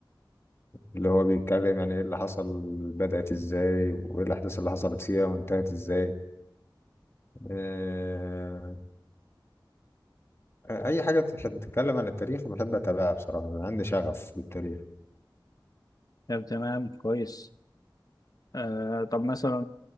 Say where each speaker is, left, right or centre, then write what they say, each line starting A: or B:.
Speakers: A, on the left (about 30°); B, on the left (about 50°).
A: اللي هو بيتكلم يعني ايه اللي حصل بدأت ازاي وايه الأحداث اللي حصلت فيها وانتهت ازاي آه، أي حاجة بتحب- بتتكلم عن التاريخ بحب أتابعها بصراحة عندي شغف بالتاريخ
B: طب تمام كويس آه طب مثلا